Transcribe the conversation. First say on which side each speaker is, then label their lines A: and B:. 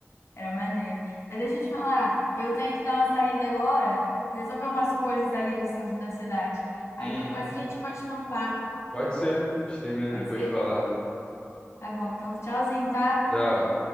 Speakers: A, on the left; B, on the left.
A: Era maneiro. Mas deixa eu te falar, eu tenho que dar uma saída agora, resolver umas coisas ali no centro da cidade. Aí
B: Uhum.
A: depois a gente continua o papo,
B: Pode ser. A gente termina
A: pode
B: depois
A: ser?
B: de falar.
A: Tá bom, então tchauzinho, tá?
B: Tchau.